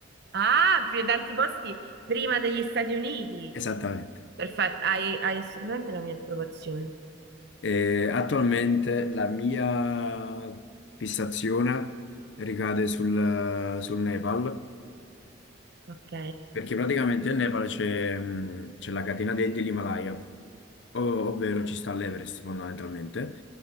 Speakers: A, on the right; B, on the left.
A: Ah, per tanti posti prima degli Stati Uniti.
B: esattamente,
A: Perfetto, hai, hai assolutamente la mia approvazione.
B: eh, attualmente la mia fissazione ricade sul, sul Nepal,
A: Ok,
B: perché praticamente nel Nepal c'è mh, c'è la catena de- dell'Himalaya, o- ovvero ci sta l'Everest fondamentalmente,